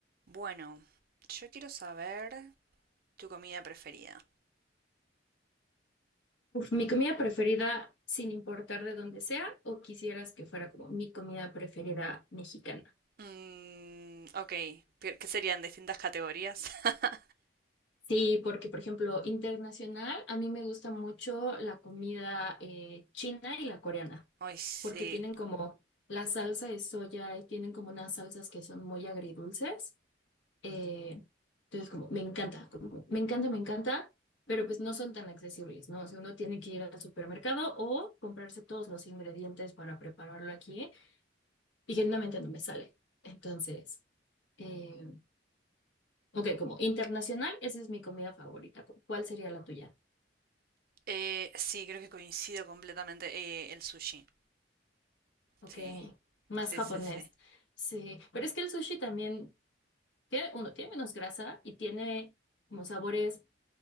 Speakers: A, on the right; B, on the left.
A: Bueno, yo quiero saber tu comida preferida.
B: Uf, mi comida preferida, sin importar de dónde sea, o quisieras que fuera como mi comida preferida mexicana.
A: Mm, ok, ¿qué qué serían distintas categorías? <laughs>
B: Sí, porque por ejemplo, internacional, a mí me gusta mucho la comida eh, china y la coreana,
A: Ay, sí.
B: porque tienen como la salsa de soya y tienen como unas salsas que son muy agridulces. Eh, entonces, como me encanta, como, me encanta, me encanta, pero pues no son tan accesibles, ¿no? O sea, uno tiene que ir al supermercado o comprarse todos los ingredientes para prepararlo aquí. y genuinamente no me sale. Entonces, eh, ok, como internacional, esa es mi comida favorita. ¿Cu- ¿Cuál sería la tuya?
A: Eh, sí, creo que coincido completamente. eh, el sushi.
B: Ok,
A: Sí,
B: más
A: sí,
B: japonés.
A: sí, sí.
B: Sí, pero es que el sushi también tiene, uno, tiene menos grasa y tiene como sabores